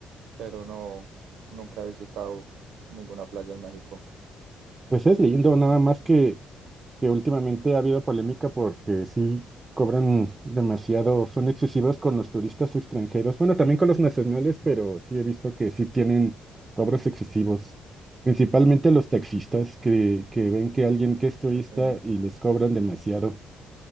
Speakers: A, on the right; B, on the right.
A: pero no, nunca he visitado ninguna playa en México.
B: Pues es lindo, nada más que, que últimamente ha habido polémica porque sí cobran demasiado, son excesivos con los turistas extranjeros, bueno, también con los nacionales, pero sí he visto que sí tienen cobros excesivos, principalmente los taxistas que, que ven que alguien que es turista
A: Ok.
B: y les cobran demasiado.